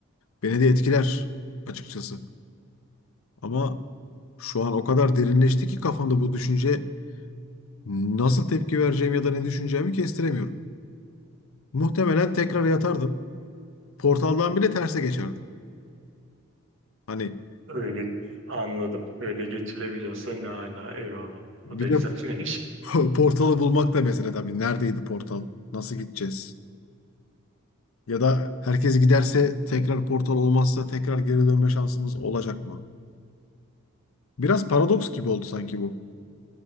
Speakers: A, on the left; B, on the right.
A: Beni de etkiler açıkçası. Ama şu an o kadar derinleşti ki kafamda bu düşünce nasıl tepki vereceğim ya da ne düşüneceğimi kestiremiyorum. Muhtemelen tekrar yatardım. Portaldan bile terse geçerdim. Hani
B: Öyle anladım. Öyle geçilebiliyorsa ne hala. Eyvallah.
A: bir
B: O da güzelmiş.
A: de
B: <laughs>
A: <laughs> portalı bulmak da mesele tabii. Neredeydi portal? Nasıl gideceğiz? Ya da herkes giderse tekrar portal olmazsa tekrar geri dönme şansımız olacak mı? Biraz paradoks gibi oldu sanki bu.